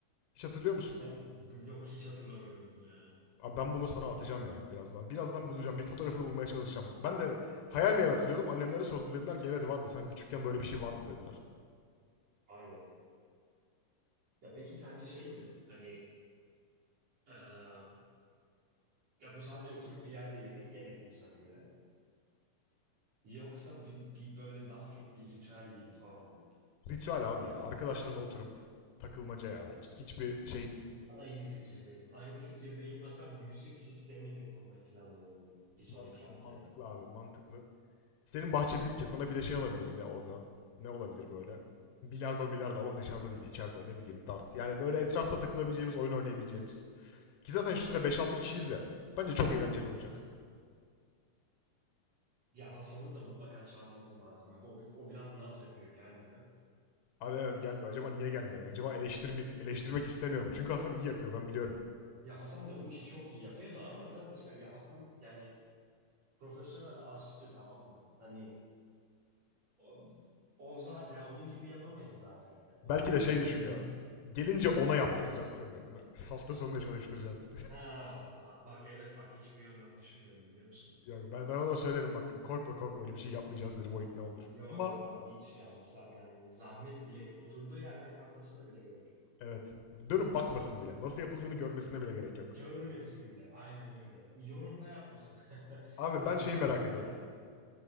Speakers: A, on the left (about 80°); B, on the right (about 50°).
A: Hiç hatırlıyor musun?
B: Ay, bu- Yok hiç hatırlamıyorum bunu ya.
A: Abi ben bunu sana atacağım ya birazdan. Birazdan bulacağım. Bir fotoğrafını bulmaya çalışacağım. Ben de hayal meyal hatırlıyordum. Annemlere sordum. Dediler ki evet vardı. Sen küçükken böyle bir şey vardı dediler.
B: Vay be. Ya peki sence şey mi? Hani eee, ya bu sadece oturup bir yerde yemek yemek mi sana göre? Yoksa bir, bir böyle daha çok bir ritüel gibi falan mı?
A: Ritüel abi ya. Arkadaşlarla oturup takılmaca ya bence. Hiçbir şeyin
B: Aynı fikirdeyim. Aynı fikirdeyim. Hatta müzik sistemi de kurmayı planlıyorum bir sonraki
A: mantıklı,
B: haftaya.
A: mantıklı abi, mantıklı. Senin bahçe büyük ya sana bir de şey alabiliriz ya orada. Ne olabilir böyle? Bilardo milardo ama dışarıda değil içeride ne bileyim dart. Yani böyle etrafta takılabileceğimiz oyun oynayabileceğimiz. Ki zaten şu sıra beş altı kişiyiz ya. Bence çok eğlenceli olacak.
B: Hı hı. Ya Hasan'ı da mutlaka çağırmamız lazım. Bak, o, bi- o biraz naz yapıyor, gelmiyor.
A: Abi evet gelmiyor. Acaba niye gelmiyor? Acaba eleştirmek, eleştirmek istemiyor mu? Çünkü Hasan iyi yapıyor ben biliyorum.
B: Ya Hasan da bu işi çok iyi yapıyor da ama biraz da şey ya Hasan yani profesyonel aşçı tamam mı? Hani o, o zaten onun gibi yapamayız zaten yani.
A: Belki
B: Yani
A: de
B: bunu
A: şey
B: bunu
A: düşünüyor.
B: bil
A: Gelince ona yaptıracağız sanıyor değil mi? <laughs> Hafta sonunda çalıştıracağız.
B: ha bak evet bak hiç bu yönden düşünmedim biliyor musun?
A: <laughs> Yok ben, ben ona söylerim bak korkma korkma öyle bir şey yapmayacağız derim o ikna olur.
B: Yo
A: Ama
B: yo hiç yani, sa- yani zahmet bile etme. Oturduğu yerden kalkmasına bile gerek yok.
A: evet dönüp bakmasın bile. Nasıl yapıldığını görmesine bile gerek yok.
B: Görmesin bile. Aynen öyle. Yorumda yapmasın. <laughs>
A: Abi
B: Yorumda
A: ben şeyi
B: yapmasın
A: merak ediyorum.
B: sadece.